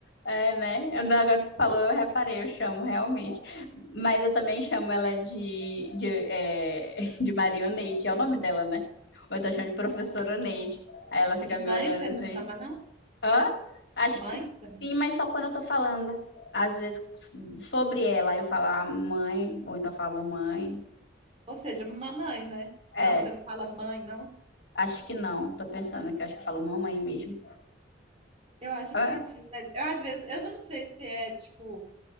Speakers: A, on the left; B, on the right.
A: É, né? Eu não- agora tu falou, eu reparei, eu chamo realmente. Mas eu também chamo ela de, de, é, <laughs> de Marioneide, é o nome dela, né? Ou eu tô chamando de professora Neide. Aí ela fica
B: De
A: me
B: mãe
A: olhando
B: você
A: assim.
B: não chama, não?
A: Hã? Acho
B: Mãe?
A: que
B: Você não...
A: sim, mas só quando eu tô falando, às vezes, sobre ela, eu falo a mãe, ou então eu falo mãe.
B: Ou seja, mamãe, né?
A: É,
B: Não, você não fala mãe, não?
A: acho que não. Tô pensando que acho que eu falo mamãe mesmo.
B: Eu acho
A: Ah,
B: bonitinho, mas eu, às vezes, eu não sei se é tipo.